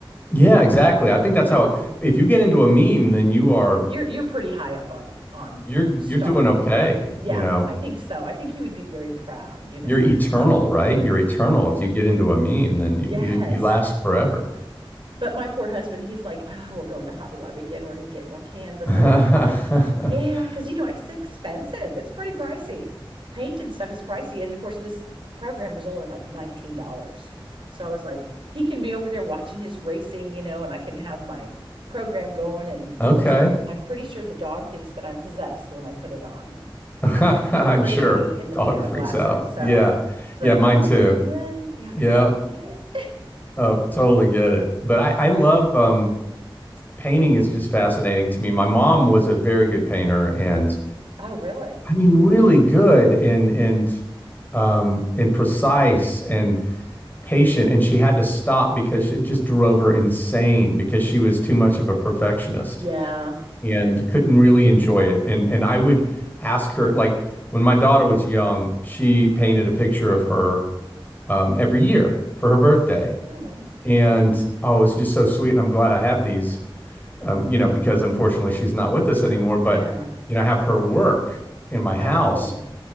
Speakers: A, on the left; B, on the right.
A: Yeah, exactly.
B: I'm like,
A: I think that's
B: Jeez.
A: how if you get into a meme, then you are
B: You're you're pretty high up on on,
A: you're
B: you know, stardom.
A: you're doing okay,
B: Yeah,
A: you know.
B: I think so. I think he would be very proud, you know.
A: You're eternal, right? You're eternal. If you get into a meme, then
B: Yes.
A: you you, you last forever.
B: But my poor husband, he's like, oh, we're going to Hobby Lobby again. We're going to get more canvases.
A: <laughs>
B: I'm like, yeah, because you know, it's expensive. It's pretty pricey. Paint and stuff is pricey. And of course, this program was only like $19. So I was like, he can be over there watching his racing, you know, and I can have my program going. And of
A: Okay.
B: course, I'm pretty sure the dog thinks that I'm possessed when I put it on.
A: <laughs>
B: You know, she's
A: I'm
B: afraid
A: sure.
B: of me in the
A: Dog
B: VR
A: freaks
B: glasses.
A: out.
B: So
A: Yeah.
B: Yeah. she's
A: Yeah,
B: like,
A: mine
B: Yeah. I don't know
A: too.
B: what you're doing. Yeah, but
A: Yep.
B: I don't like it.
A: Uh, totally get it. But I, I
B: Yeah.
A: love um painting is just fascinating to me. My mom was a very good painter and
B: Oh, really?
A: I mean really good and and um and precise and patient and she had to stop because it just drove her insane because she was too much of a perfectionist.
B: Yeah.
A: and couldn't really enjoy it. And and I would ask her like when my daughter was young, she painted a picture of her um, every year for her birthday,
B: Hmm.
A: and oh, it's just so sweet. And I'm glad I have these, um, you know, because unfortunately she's not with us anymore. But
B: Yeah.
A: you know, I have her work in my house.
B: That's Yeah. cool.